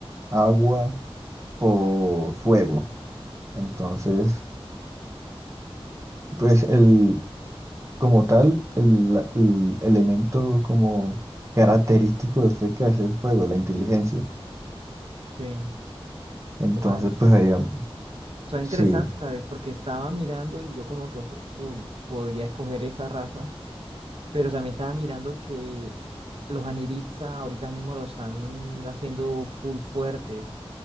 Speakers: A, on the right; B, on the right.
A: agua o fuego. Entonces, pues el, Como tal, el, el elemento como característico de FECA es el fuego, la inteligencia.
B: Sí,
A: Entonces,
B: wow,
A: pues haría,
B: Son interesantes,
A: sí,
B: ¿sabes? Porque estaba mirando y yo como que, "Ojo, uy, podría escoger esa raza, pero también estaba mirando que los Aniritza ahorita mismo lo están haciendo full fuertes,